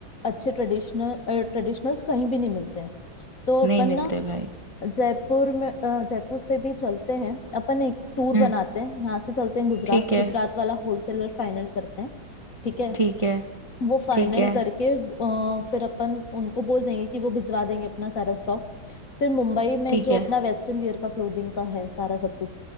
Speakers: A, on the left; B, on the right.
A: अच्छे ट्रेडिशनल ट्रेडिशनल्स कहीं भी नहीं मिलते हैं तो
B: नहीं
A: अपन
B: मिलते
A: ना
B: भाई
A: जयपुर में अ, जयपुर से भी चलते हैं अपन एक टूर
B: हम्म
A: बनाते हैं यहाँ से चलते हैं गुजरात
B: ठीक है
A: गुजरात वाला होलसेलर फाइनल करते हैं ठीक है
B: ठीक है
A: वो फाइनल
B: ठीक है
A: करके अ, फिर अपन उनको बोल देंगे कि वो भिजवा देंगे अपना सारा स्टॉक फिर मुंबई में
B: ठीक
A: जो
B: है
A: अपना वेस्टर्न वियर का क्लोथिंग का है सारा सब कुछ